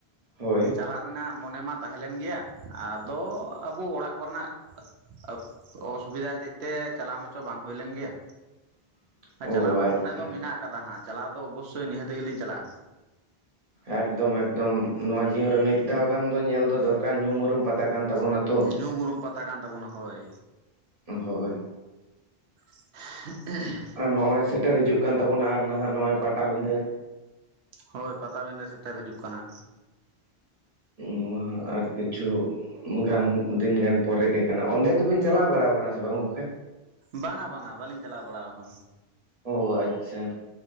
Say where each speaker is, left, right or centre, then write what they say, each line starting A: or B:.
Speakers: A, on the right (about 40°); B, on the right (about 85°).
A: ᱦᱳᱭ
B: ᱪᱟᱞᱟᱜ ᱨᱮᱱᱟᱜ ᱢᱚᱱᱮ ᱢᱟ ᱛᱟᱦᱮ ᱞᱮᱱ ᱜᱮᱭᱟ ᱟᱫᱚ ᱟᱵᱚ ᱚᱲᱟᱜ ᱠᱚᱨᱮᱱᱟᱜ ᱟᱹᱯ ᱚᱥᱵᱤᱫᱟ ᱦᱟᱹᱛᱮᱡ ᱛᱮ ᱪᱟᱞᱟᱣ ᱢᱟᱪᱚ ᱵᱟᱝ ᱦᱩᱭᱞᱮᱱ ᱜᱮᱭᱟ
A: <unintelligible>
B: ᱪᱟᱞᱟᱣ ᱨᱮᱱᱟᱜ
A: ᱟᱪᱪᱷᱟ
B: ᱢᱚᱱᱮ ᱫᱚ ᱢᱮᱱᱟᱜ ᱠᱟᱫᱟ ᱦᱟᱸᱜ ᱪᱟᱞᱟᱣ ᱫᱚ ᱚᱵᱚᱥᱥᱳᱭ ᱱᱤᱦᱟᱹᱛᱤ ᱜᱮᱞᱤᱧ ᱪᱟᱞᱟᱜᱼᱟ᱾
A: ᱮᱠᱫᱚᱢ ᱮᱠᱫᱚᱢ ᱱᱚᱣᱟ ᱡᱤᱭᱚᱱ ᱨᱮ ᱢᱤᱫ ᱫᱷᱟᱣ ᱜᱟᱱ ᱫᱚ ᱧᱮᱞ ᱫᱚ ᱫᱚᱨᱠᱟᱨ ᱧᱩᱢ ᱩᱨᱩᱢ ᱯᱟᱛᱟ ᱠᱟᱱ ᱛᱟᱵᱚᱱᱟᱛᱚ᱾
B: ᱧᱩᱢ ᱩᱨᱩᱢ ᱯᱟᱛᱟ ᱠᱟᱱ ᱛᱟᱵᱚᱱᱟ ᱦᱳᱭ᱾
A: ᱦᱳᱭ
B: <unintelligible>
A: ᱟᱨ ᱱᱚᱜᱼᱚᱭ ᱥᱮᱴᱮᱨ ᱦᱤᱡᱩᱜ ᱠᱟᱱ ᱛᱟᱵᱚᱱᱟ ᱟᱨ ᱱᱟ ᱦᱟᱸᱜ ᱱᱚᱜᱼᱚᱭ ᱯᱟᱴᱟᱵᱤᱸᱫᱷᱟᱹ᱾
B: ᱦᱳᱭ ᱯᱟᱛᱟᱵᱤᱸᱫᱟᱹ ᱥᱮᱛᱮᱨ ᱦᱤᱡᱩᱜ ᱠᱟᱱᱟ
A: ᱱᱚᱶᱟ ᱟᱨ ᱠᱤᱪᱷᱩ ᱜᱟᱱ ᱫᱤᱱ ᱜᱟᱱ ᱯᱚᱨᱮ ᱜᱮ ᱠᱟᱱᱟ ᱚᱸᱰᱮ ᱫᱚᱵᱤᱱ ᱪᱟᱞᱟᱣ ᱵᱟᱲᱟᱣ ᱠᱟᱱᱟ ᱥᱮ ᱵᱟᱝ ᱜᱚᱝᱠᱟ
B: ᱵᱟᱝᱟ ᱵᱟᱝᱟ ᱵᱟᱞᱤᱧ ᱪᱟᱞᱟᱣ ᱵᱟᱲᱟ ᱠᱟᱱᱟ
A: ᱳᱻ ᱟᱪᱪᱷᱟ